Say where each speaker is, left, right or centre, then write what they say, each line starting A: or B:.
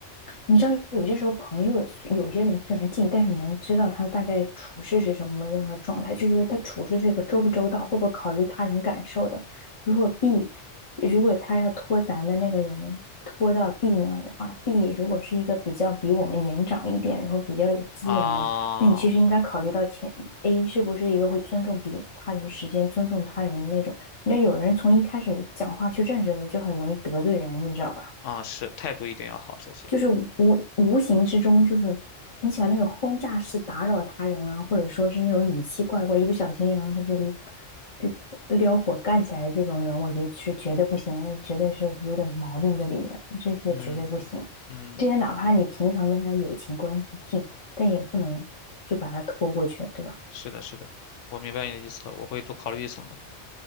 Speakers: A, on the left (about 35°); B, on the left (about 85°).
A: 你知道有些时候朋友有些人虽然近，但是你能知道他大概处事是什么任何状态，就是他处事这个周不周到，会不会考虑他人感受的。如果 B，如果他要拖咱的那个人拖到 B 那儿的话，B 如果是一个比较比我们年长一点，然后比较有资源的人，
B: 啊
A: 那你其实应该考虑到前 A 是不是一个会尊重别他人时间、尊重他人的那种。那有人从一开始讲话去认识的时候，就很容易得罪人，你知道吧？
B: 啊！是态度一定要好，首先，
A: 就是无无形之中，就是很喜欢那种轰炸式打扰他人啊，或者说是那种语气怪怪，一不小心，然后他就就撩火干起来的这种人，我觉得是绝对不行那绝对是有点毛病的里面，这些绝对不行。
B: 嗯嗯嗯
A: 这些哪怕你平常跟他友情关系近，但也不能就把他拖过去，对吧？
B: 是的，是的，我明白你的意思了，我会多考虑一层的。